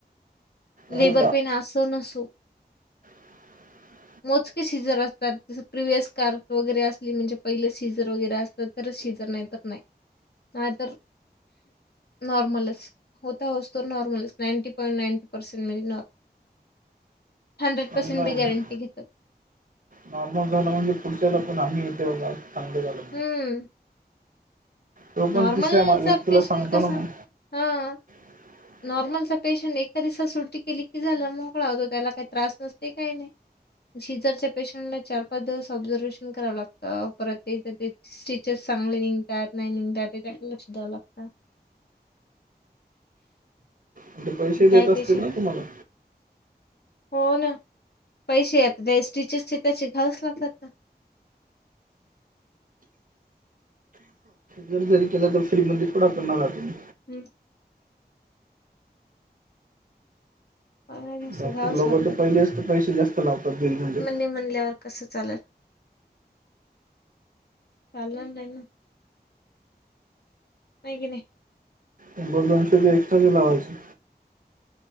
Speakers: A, on the right; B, on the left.
A: हो
B: लेबर पेन अस नसो
A: ह
B: मोजके सीझर असतात प्रिवयस कार वगैरे असली म्हणजे पहिले सीझर वगैरे असतात तरच शिजर नाही तर नाही नाही तर नॉर्मलस होता वसतो नॉर्मलस नाईन्टी पॉईंट नाईन्टी हाड्रेड
A: चांगला
B: पर्सेंट
A: आहे
B: भी गॅरट्री घेते
A: नॉर्मल झालं म्हणजे पुढच्याला पण आम्ही येते बघा चांगले झालो
B: हं
A: तो
B: नॉर्मलचा
A: पण तिसऱ्या मा- व्यक्तीला
B: पेशंट
A: सांगतो
B: कसा.
A: ना मग
B: हा.
A: <unintelligible>
B: नॉर्मलचा पेशंट एका दिवसात सुट्टी केली की झालं, मोकळा होतो. त्याला काही त्रास नसते काही नाही. शिजरच्या पेशंटला चार- पाच दिवस ऑब्झर्वेशन करावं लागतं, परत तेच, ते स्टीचस चांगले निघतात, नाही निघतात त्याच्याकडे लक्ष ध्यावं लागत.
A: पण ते पैसे देत
B: काही
A: असतील
B: पेशंट
A: ना तुम्हाला
B: <unintelligible>
A: जरी केलं तर, फ्री मध्ये थोडा करणार आपण.
B: हम्. <unintelligible>
A: डॉक्टरलोक
B: लागतात
A: तर पहिलेच तर पैसे जास्त लावतात. बिल म्हणजे
B: नही म्हणल्यावर. कस चालेल? चालणार नाही ना. नाहीे कणी?
A: मग दोनशेच एक्ट्रा बिल लावाजची.